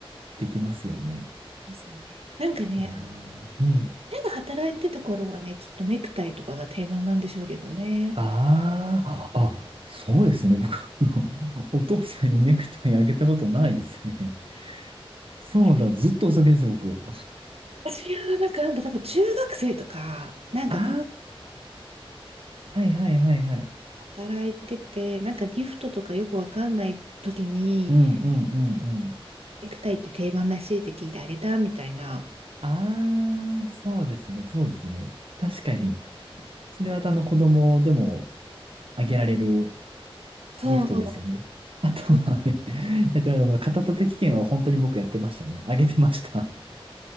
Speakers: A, on the right (about 65°); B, on the right (about 80°).
A: できますよね。
B: ですよね。なんかね、
A: なあ、
B: あの、
A: うん。
B: 親が働いてた頃はね、きっとネクタイとかが定番なんでしょうけどね。
A: ああ、あ、そうですね。僕、あのお父さんにネクタイあげたことないですね。そうだ、
B: いや
A: ずっとお酒です、僕。<laughs>
B: 私はなんか、なんか多分中学生とか、なんかこう、
A: ああ、はいはいはいはい。
B: 働いてて、なんかギフトとかよくわかんない時に、
A: うんうんうんうん。
B: ネクタイって定番らしいって聞いてあげたみたいな。
A: ああ、そうですね、そうですね。確かに。それはあの子供でもあげられる
B: そう、
A: ギフトですよね。あとはあれ、
B: そう、
A: やってましたあの、肩たたき券は本当に僕やってましたね。あげてました。